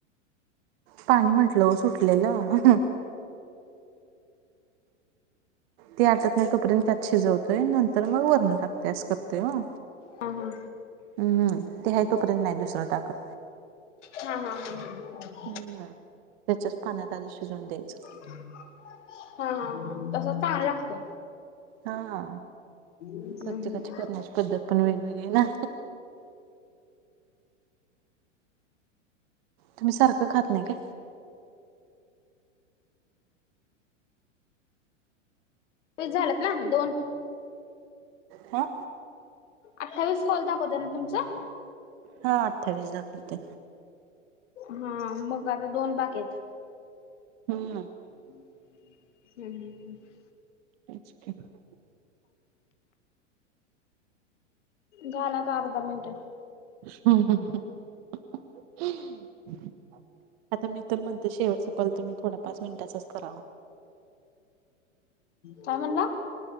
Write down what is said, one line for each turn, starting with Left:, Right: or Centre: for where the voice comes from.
Right: पाणी म्हंटलं ओ सुटलेलं. ती आटत नाही तोपर्यंत त्यात शिजवतोय नंतर मग वरण टाकते अस करतोय ओ.
Left: हा हा.
Right: हम्म हम, ते हाय तोपर्यंत नाही दुसरं टाकत.
Left: हा हा हा.
Right: हम्, त्याच्याच पाण्यात आधी शिजवून द्यायचं.
Left: हा हा हा तस चांगलं लागते.
Right: हा हा
Left: लागतय
Right: प्रत्येकाची करण्याची पद्धत पण वेगवेगळी ना. तुम्ही सारखं खात नाही का?
Left: वीस झालेत ना दोन
Right: <inaudible> आ?
Left: अठ्ठावीस कॉल दाखवत ना तुमचं?
Right: हा अठ्ठावीस दाखवते
Left: हा मग आता दोन बाकी आहेत.
Right: हम्म.
Left: हम् हम ह्.
Right: <unintelligible>
Left: झाला आता अर्धा मिनट.
Right: <inaudible> आता मी तर म्हणते शेवटच कॉल तर मी थोडा पाच मिनिटांचाच करावा.
Left: काय म्हणला!